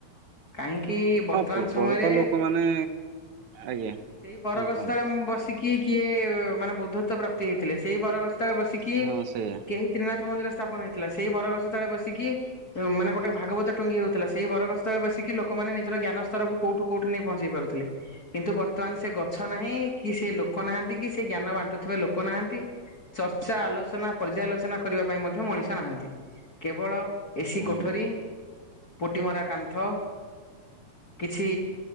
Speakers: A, on the left; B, on the right.
A: କାହିଁକି? ବର୍ତ୍ତମାନ
B: ହଁ ପୂର୍ବରୁ
A: ସମୟରେ
B: ତ ଲୋକମାନେ ଆଜ୍ଞା।
A: ସେଇ ବରଗଛ
B: ହଁ କୁହନ୍ତୁ
A: ତଳେ ମୁଁ ବସିକି କିଏ ମାନେ ବୁଦ୍ଧଵ ପ୍ରାପ୍ତି ହେଇଥିଲେ ସେଇ ବରଗସ୍ତରେ ବସିକି
B: ହଁ ସେଇଆ
A: କେହି ତ୍ରିନାଥ ମନ୍ଦିର ସ୍ଥାପନ ହେଇଥିଲା ସେଇ ବରଗଛ ତଳେ ବସିକି ମାନେ ଗୋଟେ ଭାଗବତ ଟୁଙ୍ଗି ହଉଥିଲା ସେଇ ବରଗସ୍ତରେ ବସିକି ଲୋକମାନେ ନିଜର ଜ୍ଞାନ ସ୍ତର କୁ କୋଉଠୁ କୋଉଠି ନେଇ ପହଞ୍ଚେଇ ପାରୁଥିଲେ କିନ୍ତୁ ବର୍ତ୍ତମାନ ସେ ଗଛ ନାହିଁ। କି ସେ ଲୋକ ନାହାନ୍ତି କି ସେ ଜ୍ଞାନ ବାଣ୍ଟୁଥିବା ଲୋକ ନାହାନ୍ତି। ଚର୍ଚ୍ଚା ଆଲୋଚନା ପର୍ଯ୍ୟାଲୋଚନା କରିବା ପାଇଁ ମଧ୍ୟ ମଣିଷ ନାହାନ୍ତି। କେବଳ ଏସି
B: ହୁଁ।
A: କୋଠରୀ ପୁଟିମରା କାନ୍ଥ। କିଛି